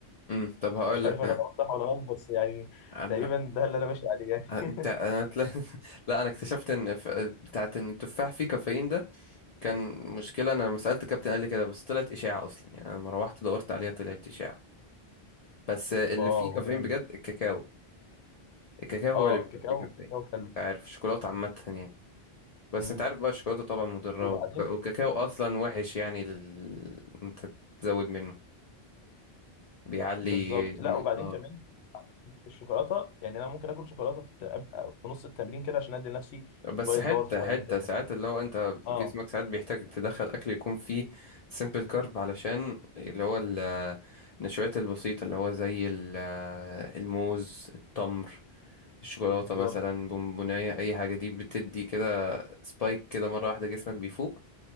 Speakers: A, on the left (about 55°); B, on the left (about 80°).
A: امم طب هقول
B: مش
A: لك
B: عارف انا
A: انا
B: لو صح ولا غلط بس يعني
A: أنا-
B: تقريبا ده اللي انا ماشي عليه يعني
A: انت انا تلا... <laughs> لا انا اكتشفت ان ف... بتاعت ان التفاح فيه كافيين ده كان مشكله انا لما سالت كابتن قال لي كده بس طلعت اشاعه اصلا يعني انا لما روحت دورت عليها طلعت اشاعه بس اللي
B: <laughs> واو
A: فيه كافيين
B: جامد
A: بجد الكاكاو الكاكاو
B: اه
A: هو اللي بيبقى
B: الكاكاو
A: فيه كافيين
B: الكاكاو حلو
A: انت عارف الشوكولاته عامه يعني بس
B: امم
A: انت عارف بقى الشوكولاته طبعا مضره
B: وبعدين
A: وك- والكاكاو اصلا وحش يعني ال... انت تزود منه بيعلي
B: بالظبط لا وبعدين
A: اه
B: كمان الشوكولاته يعني انا ممكن اكل شوكولاته في الت... أبقى في نص التمرين كده عشان ادي لنفسي
A: بس
B: شويه
A: حته
B: باور صغيرين
A: حته
B: كده
A: ساعات اللي هو انت جسمك
B: اه
A: ساعات بيحتاج تدخل اكل يكون فيه سيمبل كارب علشان اللي هو ال- النشويات البسيطه اللي هو زي ال- الموز التمر الشوكولاته
B: بالظبط
A: مثلا بونبونايه اي حاجه دي بتدي كده سبايك كده مره واحده جسمك بيفوق